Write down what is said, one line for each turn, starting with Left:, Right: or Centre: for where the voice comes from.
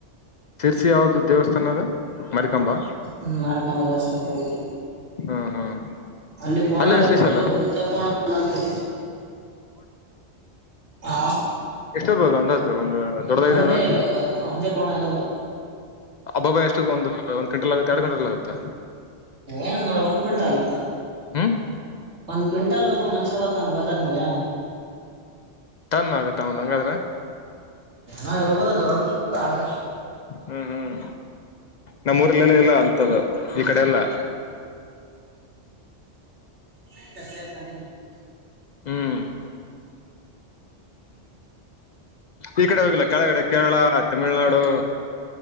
Left: ಶಿರ್ಸಿ ಯಾವುದ ದೇವಸ್ಥಾನ ಅದ? ಮಾರಿಕಾಂಬಾ
Right: ಹ್ಮ್, ಮಾರಿಕಾಂಬಾ ದೇವಸ್ಥಾನಕ್ಕೆ ಹೋಗಿದ್ವಿ.
Left: ಹ್ಮ್ ಹ್ಮ್
Right: ಅಲ್ಲಿ ಕೋಣ
Left: ಅಲ್ಲೇನ್
Right: ಇದೆ
Left: ಸ್ಪೆಷಲ್
Right: ಗುರು ದೊಡ್ಡ ಕೋಣ ಅಲ್ಲಂತು. ಹಾ,
Left: ಎಷ್ಟಿರಬೋದು ಅಂಜಾದ ಒಂದು ದೊಡ್ಡದ ಇದೆ
Right: ಒಂದೇ
Left: ಅಂದ್ರೆ
Right: ಇದಒಂದೇ ಕೋಣ ಇರೋದು.
Left: ಹಬ್ಬಬ್ಬಾ ಎಷ್ಟು ಒಂದು ಒಂದ್ ಕ್ವಿಂಟಾಲ್ ಆಗುತ್ತೆಎರಡು ಕ್ವಿಂಟಾಲ್ ಆಗುತ್ತ.
Right: ಏನ್ ಗೌಡ ಒಂದ್ ಕ್ವಿಂಟಲ್
Left: ಹ್ಮ್
Right: ಒಂದ್ ಕ್ವಿಂಟಾಲ್ ಒಬ್ಬ ಮನುಷ್ಯ ಬರ್ತಾನ ಗೊತ್ತಾ ನಿಮ್ಗಾ.
Left: ಟನ್ ಆಗತ್ತ ಒಂದ ಹಂಗಾದ್ರೆ
Right: ಆ ಇರ್ಬೋದ ದೊಡ್ಡ್ದ. ್ರ <inaudible>
Left: ಹ್ಮ್, ಹ್ಮ್ ನಮ್ಮೂಊರಲ್ಲೆಲ್ಲ ಇಲ್ಲ ಅಂತದ ಈ ಕಡೆ ಎಲ್ಲಾ
Right: ಹದೆ ಪ್ಲೇಸ್ <unintelligible>
Left: ಹ್ಮ್, ಈ ಕಡೆ ಹೋಗಿಲ್ಲ ಕೆಳಗಡೆ ಕೇರಳ ತಮಿಳ್ನಾಡು.